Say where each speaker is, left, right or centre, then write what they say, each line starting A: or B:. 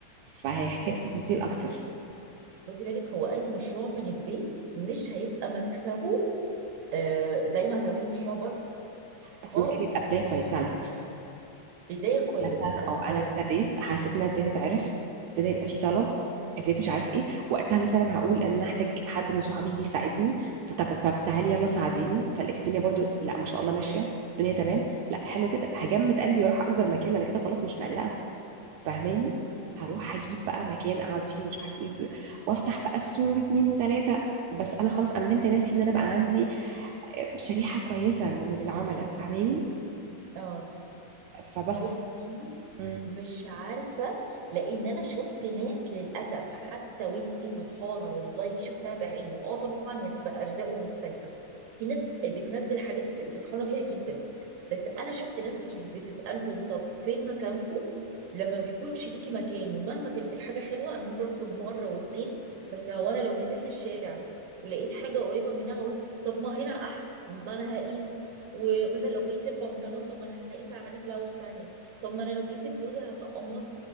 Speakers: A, on the right; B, on the right.
A: فهيحتاج
B: بس
A: تفاصيل أكتر
B: خدي بالك هو اي مشروع من البيت مش هيبقى مكسبه آه زي ما هتعملي مشروع بره خالص
A: بس ممكن يبقى بداية كويسة على فكرة
B: بدايه
A: وكان
B: كويسه
A: مثلا
B: بس
A: أو أنا ابتديت حسيت إن أنا ابتديت أتعرف ابتدى يبقى في طلب ابتديت مش عارف إيه وقتها مثلا هقول إن أنا هحتاج حد من صحابي يجي يساعدني فطب طب تعالي يلا ساعديني فلقيت الدنيا برضو لا ما شاء الله ماشية الدنيا تمام لا حلو كده هجمد قلبي واروح أجر مكان أنا كده خلاص مش مقلقة فاهماني هروح أجيب بقى مكان أقعد فيه مش عارف إيه وافتح بقى ستور واتنين وتلاتة بس انا خلاص امنت نفسي ان انا بقى عندي شريحة كويسة من العملاء فاهماني
B: اه
A: فبس
B: بصي
A: مم.
B: مش عارفة لأن أنا شفت ناس للأسف حتى وانتي فرحانة والله دي شفتها بعيني اه طبعا هي بتبقى أرزاق ومختلفة في ناس بتنزل حاجات وبتبقي فرحانة بيها جدا بس أنا شفت ناس بترد بتسألهم طب فين مكانكم لما بيكونش ليكي مكان ومهما كانت الحاجة حلوة أنا ممكن أطلب مرة واتنين بس هو أنا لو نزلت الشارع ولقيت حاجة قريبة منها هقول طب ما هنا أحسن ما أنا هقيس ومثلا لو بقيس البنطلون طب ما أنا هقيس عليه بلاوز تانية طب ما انا لو بقيس البلوزه هطقم لها